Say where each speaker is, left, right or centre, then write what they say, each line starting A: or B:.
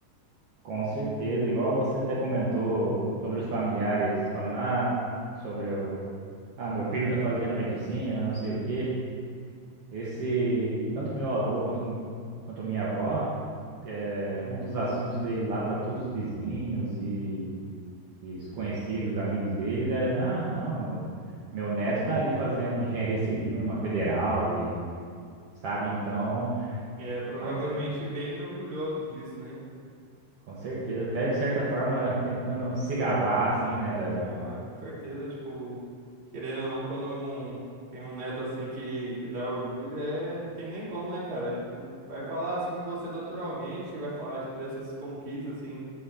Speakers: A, on the right; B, on the right.
A: Com certeza, igual você até comentou sobre os familiares falando, ah, sobre o, ah, meu filho tá fazendo medicina, não sei o quê. Esse, tanto meu avô quanto, quanto minha avó, é, um dos assuntos dele lá para todos os vizinhos e, e os conhecidos, amigos deles, era, ah, não, mo- meu neto tá ali fazendo engenharia civil numa federal e, sabe, então,
B: É, provavelmente
A: mas é,
B: bem orgulhosos disso, né?
A: com certeza, até de certa forma tentando se gabar, assim, né, da
B: Ah, com certeza, tipo, querendo ou não, quando um- tem um neto assim que, que dá orgulho, é, não tem nem como, né, cara? Tipo, vai falar assim de você naturalmente, vai falar, tipo, dessas conquistas, assim,